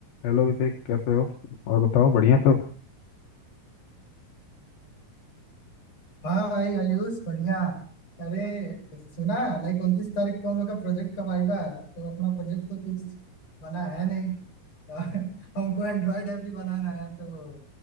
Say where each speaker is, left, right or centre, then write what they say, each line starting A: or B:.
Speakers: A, on the left (about 85°); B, on the left (about 45°).
A: Hello Abhishek कैसे हो और बताओ बढ़िया सब
B: हाँ भाई आयुष बढ़िया अरे सुना लाइक उनतीस तारीख को हम लोग का प्रोजेक्ट का वाइवा है तो अपना प्रोजेक्ट तो कुछ बना है नहीं <laughs> हमको एंड्रॉयड ऐप भी बनाना है तो